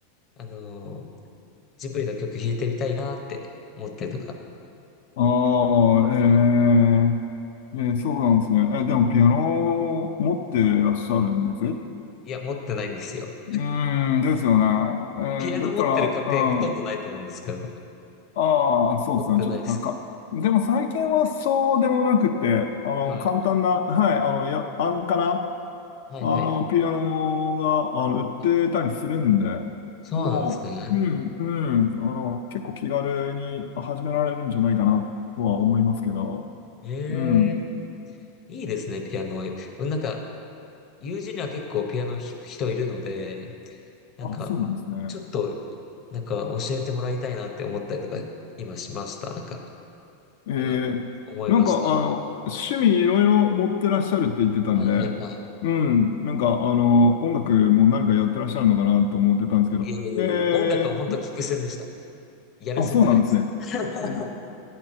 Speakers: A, on the left; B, on the left.
A: あの、ジブリの曲弾いてみたいなって思ったりとか。
B: ああ、ええ、ええ、そうなんですね。え、でもピアノを持ってらっしゃるんですう
A: いや、持ってないんですよ。
B: ーん、ですよね。えーだったら、
A: ピアノ持ってる家庭ほとんどないと思うんですけど。
B: うん、ああ、そうですね。
A: 持ってないです。
B: ちょっと高。でも最近はそうでもなくて、あの、
A: はい。
B: 簡単な、はい、あの、や、安価な、
A: はいはいはい。
B: あの、ピアノが、あの、売ってたりするんで、
A: あ、そうなんですね。
B: もう、うん、うん、あの、結構気軽に始められるんじゃないかなとは思いますけど、
A: ええ
B: うん。
A: いいですね、ピアノ。なんか、友人には結構ピアノ弾く人いるので、なんか、
B: あ、そうなんですね。
A: ちょっと、なんか教えてもらいたいなって思ったりとか、今しました。なんか、
B: えー、
A: 今、思いまし
B: なんか、あの、趣味いろいろ持ってらっしゃるって言ってたんで、
A: た。はいはいはい。
B: うん、なんか、あの、音楽も何かやってらっしゃるのかなと思ってたんですけど、
A: いやいやいや、
B: えー、
A: 音楽は本当聞く専でした。やる専じゃないです。
B: あ、そうなんですね。
A: <laughs>
B: え、